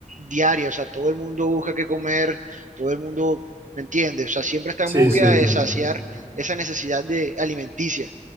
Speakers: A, on the right (about 70°); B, on the right (about 20°).
A: diaria, o sea, todo el mundo busca qué comer, todo el mundo, ¿me entiendes? O sea, siempre está
B: sí,
A: en búsqueda
B: sí,
A: de
B: sí.
A: saciar esa necesidad de alimenticia.